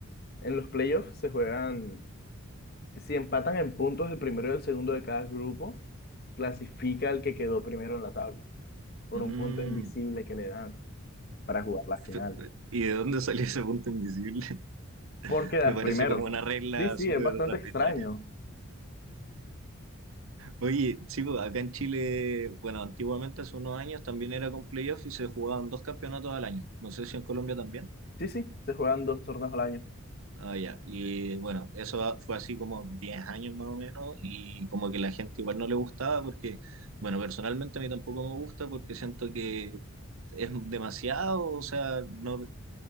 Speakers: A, on the left; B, on the right.
A: en los playoffs se juegan, si empatan en puntos el primero y el segundo de cada grupo, clasifica el que quedó primero en la tabla, por
B: Mm,
A: un punto invisible que le dan para jugar la
B: fe-
A: final,
B: ¿y de dónde salió ese punto invisible?
A: por
B: <laughs>
A: quedar
B: Me parece
A: primero.
B: como una regla
A: Sí, sí,
B: súper
A: es bastante
B: arbitraria.
A: extraño.
B: Oye, sí, pues, acá en Chile, bueno, antiguamente hace unos años también era con playoffs y se jugaban dos campeonatos al año. No sé si en Colombia también.
A: Sí, sí, se juegan dos torneos al año.
B: Ah, ya. Y bueno, eso fue así como 10 años más o menos y como que la gente igual no le gustaba porque, bueno, personalmente a mí tampoco me gusta porque siento que es demasiado, o sea, no,